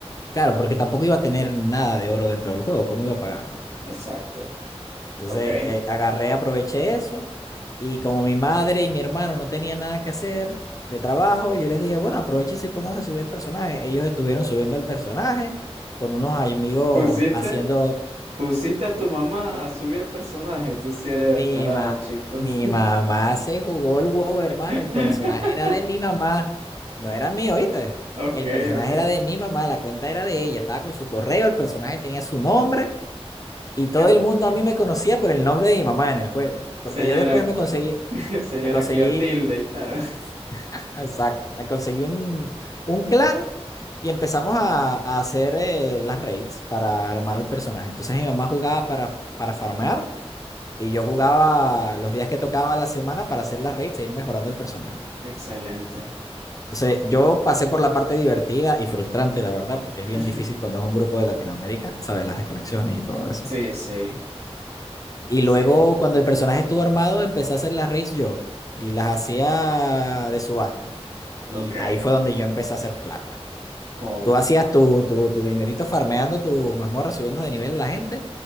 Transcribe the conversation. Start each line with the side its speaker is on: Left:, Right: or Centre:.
Left: Claro, porque tampoco iba a tener nada de oro dentro del juego, ¿cómo iba a pagarle?
Right: Exacto.
Left: Entonces
Right: Ok.
Left: eh, agarré, aproveché eso y como mi madre y mi hermano no tenían nada que hacer de trabajo, yo les dije, bueno, aprovechen y pónganse a subir el personaje. Ellos estuvieron subiendo el personaje con unos amigos
Right: Pusiste,
Left: haciendo...
Right: pusiste a tu
Left: oh,
Right: mamá a subir el personaje. Tú sí eres
Left: Mi,
Right: descarado,
Left: ma-
Right: chicos.
Left: mi mamá se jugó el huevo, hermano.
Right: <laughs>
Left: El personaje era de mi mamá, no era mío, ¿oíste?
Right: Ok,
Left: El personaje
Right: ok.
Left: era de mi mamá, la cuenta era de ella. Estaba con su correo, el personaje tenía su nombre
Right: <laughs>
Left: Y todo el mundo a mí me conocía por el nombre de mi mamá en el juego, porque
Right: Señora,
Left: yo después me conseguí,
Right: <laughs> señora
Left: me conseguí,
Right: Cleotilde y tal.
Left: <laughs> exacto, me conseguí un, un clan y empezamos a, a hacer eh, las raids para armar el personaje. Entonces mi mamá jugaba para, para farmear y yo jugaba los días que tocaba la semana para hacer las raids e ir mejorando el personaje.
Right: Excelente.
Left: Entonces yo pasé por la parte divertida y frustrante, la verdad, porque es bien
Right: <laughs>
Left: difícil cuando es un grupo de Latinoamérica, sabes, las desconexiones y todo eso.
Right: Sí, sí,
Left: Y
Right: sí.
Left: luego, cuando el personaje estuvo armado, empecé a hacer las raids yo y las hacía de subasta. Y
Right: Ok.
Left: ahí fue donde yo empecé a hacer plata.
Right: Oh.
Left: Tú hacías tu, tu, tu dinerito farmeando tus mazmorras, subiendo de nivel a la gente.